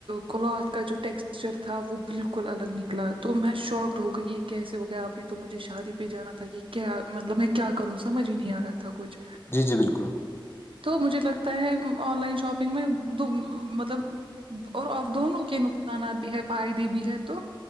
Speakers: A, on the right; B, on the left.
A: کلاتھ کا جو ٹیکسچر تھا وہ بالکل الگ نکلا تو میں شاکڈ ہو گئی یہ کیسے ہو گیا ابھی تو مجھے شادی پہ جانا تھا یہ کیا مطلب میں کیا کروں سمجھ ہی نہیں آ رہا تھا کچھ
B: جی جی بالکل
A: تو مجھے لگتا ہے آن لائن شاپنگ میں مطلب اور دونوں کے نقصانات بھی ہے فائدے بھی ہے تو